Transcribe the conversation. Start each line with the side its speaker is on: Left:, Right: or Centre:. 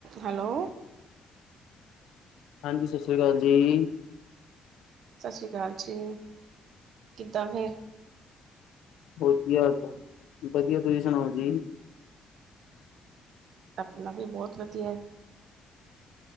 Right: Hello.
Left: ਹਾਂਜੀ। ਸਤਿ ਸ਼੍ਰੀ ਅਕਾਲ ਜੀ।
Right: ਸਤਿ ਸ਼੍ਰੀ ਅਕਾਲ ਜੀ। ਕਿੱਦਾਂ ਫੇਰ?
Left: ਹੋਰ ਕਿ ਹਾਲ-ਚਾਲ, ਵਧੀਆ ਤੁਸੀਂ ਸੁਣਾਓ ਜੀ?
Right: ਆਪਣਾ ਵੀ ਬਹੁਤ ਵਧੀਐ।